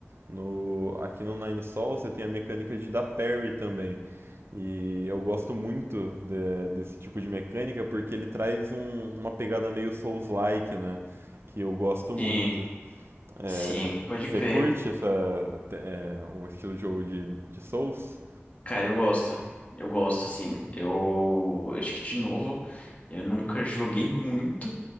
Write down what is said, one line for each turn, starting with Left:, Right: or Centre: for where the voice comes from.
Right: No, aqui no Nine Sol você tem a mecânica de dar parry também. E eu gosto muito de- desse tipo de mecânica porque ele traz um- uma pegada meio Souls-like, né? Que eu gosto muito.
Left: Sim,
Right: É,
Left: sim, pode
Right: você
Left: crer.
Right: curte essa, é, o estilo de jogo de, de Souls?
Left: Cara, eu gosto. Eu gosto, assim. Eu acho que, de novo, eu nunca joguei muito,